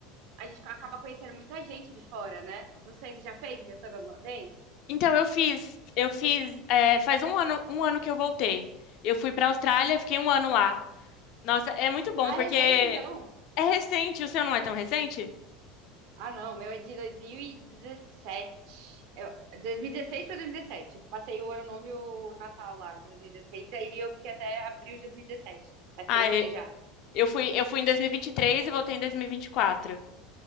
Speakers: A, on the right; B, on the left.
A: a gente acaba conhecendo muita gente de fora, né? Não sei, você já fez intercâmbio alguma vez?
B: Então eu fiz, eu fiz, é, faz um ano, um ano que eu voltei. Eu fui pra Austrália, fiquei um ano lá. Nossa, é muito bom
A: Ah,
B: porque
A: é recente,
B: é
A: então?
B: recente, o seu não é tão recente?
A: Ah, não, meu é de 2017. Eu, 2016 para 2017. Eu passei o ano novo e o Natal lá de 2016, aí eu fiquei até abril de 2017. Faz
B: Ah,
A: tempinho
B: e-
A: já.
B: eu fui, eu fui em 2023 e vinte e três e voltei em 2024.